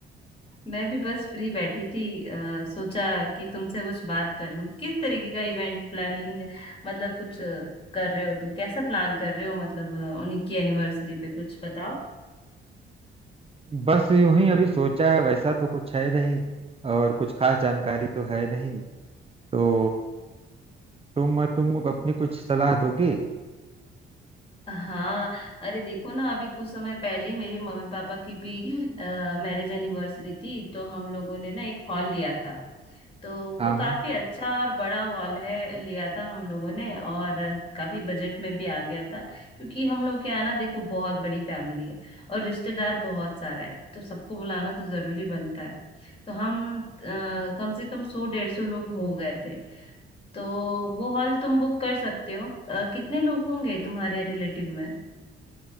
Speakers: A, on the left; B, on the right.
A: मैं भी बस फ्री बैठी थी अ, सोचा कि तुमसे कुछ बात कर लूं किस तरीके का इवेंट प्लानिंग मतलब कुछ अ, कर रहे हो तुम कैसा प्लान कर रहे हो मतलब अ, उनकी एनिवर्सरी पे कुछ बताओ
B: बस यूं ही अभी सोचा है वैसा तो कुछ है नहीं और कुछ खास जानकारी तो है नहीं तो तुम तुम अपनी कुछ सलाह दोगे
A: हाँ अरे देखो ना अभी कुछ समय पहले ही मेरे मम्मी पापा की भी मैरिज एनिवर्सरी थी तो हम लोगों ने ना एक हॉल लिया था तो वो
B: हाँ हाँ
A: काफी अच्छा और बड़ा हॉल है लिया था हम लोगों ने और काफी बजट में भी आ गया था क्योंकि हम लोग के यहाँ ना देखो बहुत बड़ी फैमिली है और रिश्तेदार बहुत सारे हैं तो सबको बुलाना तो जरूरी बनता है तो हम अ, कम से कम सौ डेढ़ सौ लोग हो गए थे तो वो हॉल तुम बुक कर सकते हो अ, कितने लोग होंगे तुम्हारे रिलेटिव में